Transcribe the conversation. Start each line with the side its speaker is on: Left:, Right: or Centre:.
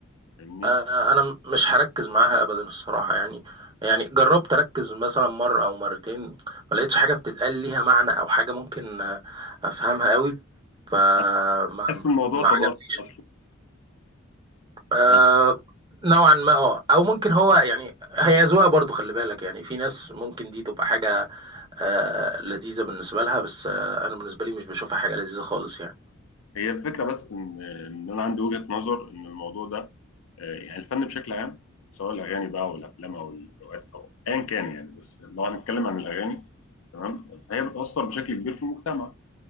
Left: فاهمني
Right: آه، انا م- مش هركز معاها ابدا الصراحه يعني يعني جربت اركز مثلا مره او مرتين ما لقيتش حاجه بتتقال ليها معنى او حاجه ممكن آه، افهمها قوي فما
Left: أنا بحس الموضوع
Right: ما
Left: طلع
Right: عجبنيش
Left: اصلا
Right: آه،
Left: يعني
Right: نوعا ما اه او ممكن هو يعني هي ذوقها برضو خلي بالك يعني في ناس ممكن دي تبقى حاجه آه، لذيذه بالنسبه لها بس آه، انا بالنسبه لي مش بشوفها حاجه لذيذه خالص يعني
Left: هي الفكره بس ان ان انا عندي وجهه نظر ان الموضوع ده آه، يعني الفن بشكل عام سواء الاغاني بقى والافلام او الروايات او ايا كان يعني بس لو هنتكلم عن الاغاني تمام فهي بتاثر بشكل كبير في المجتمع